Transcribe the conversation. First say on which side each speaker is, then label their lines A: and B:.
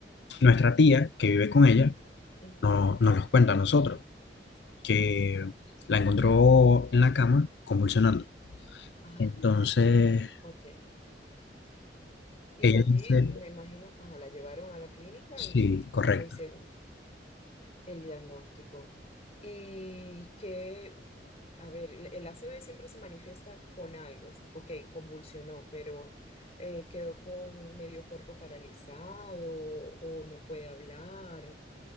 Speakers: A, on the left (about 70°); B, on the left (about 35°).
A: nuestra tía que vive con ella
B: ujú.
A: no, no nos los cuenta a nosotros. que la encontró en la cama convulsionando.
B: Ay,
A: Entonces,
B: Dios. Ok. Y
A: ella
B: allí,
A: dice,
B: me imagino, ajá, la llevaron a la clínica
A: sí,
B: y,
A: correcto.
B: y le hicieron el diagnóstico. Y que, a ver, el el A C V siempre se manifiesta con algo. Es, ok, convulsionó, pero eh, quedó con medio cuerpo paralizado o no puede hablar.